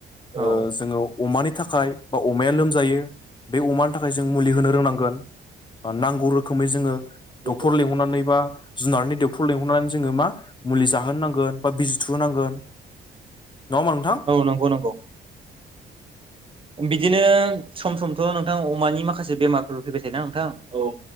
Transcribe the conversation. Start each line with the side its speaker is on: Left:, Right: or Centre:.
Right: औ
Left: ओ जोङो अमानि थाखाय बा अमाया लोमजायो बे अमानि थाखाय जों मुलि होनो रोंनांगोन नांगौ रोखोमै जोङो
Right: रोखोमनि
Left: डक्टर
Right: लिंहरनानै
Left: लेंहरनानै बा जुनारनि डक्टर लिंहरनानै जोङो मा मुलि जाहोनो नांगोन बा बिजि थुहोनांगोन नङा होमबा नोंथां
Right: औ नंगौ नंगौ बिदिनो सम समथ' नोंथां अमानि माखासे बेमारफोर फैबाय थायोना औ